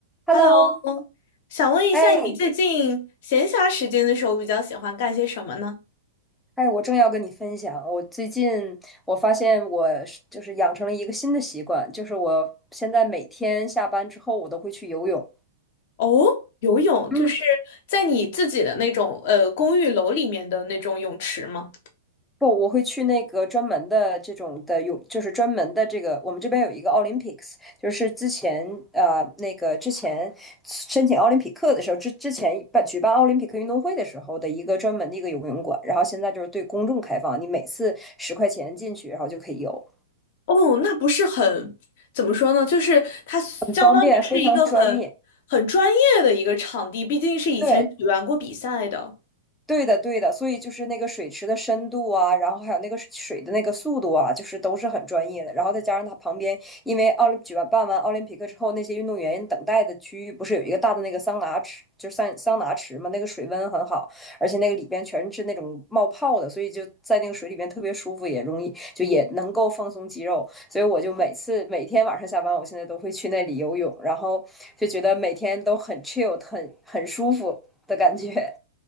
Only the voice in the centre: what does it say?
Hello，
哎
哎，我正要跟你分享，我最近我发现我是就是养成了一个新的习惯，就是我现在每天下班之后我都会去游泳。
嗯，
不，我会去那个专门的这种的泳，就是专门的这个，我们这边有一个 Olympics，就是之前呃那个之前申请奥林匹克的时候，之之前办举办奥林匹克运动会的时候的一个专门的一个游泳馆，然后现在就是对公众开放，你每次十块钱进去，然后就可以游。
方便，非常专业。
对，对的，对的，所以就是那个水池的深度啊，然后还有那个水水的那个速度啊，就是都是很专业的。然后再加上它旁边，因为奥林举办办完奥林匹克之后，那些运动员等待的区域不是有一个大的那个桑拿池，就是桑桑拿池嘛，那个水温很好，而且那个里边全是那种冒泡的，所以就在那个水里边特别舒服，也容易就也能够放松肌肉。所以我就每次每天晚上下班，我现在都会去那里游泳，然后就觉得每天都很 chill，很很舒服的感觉。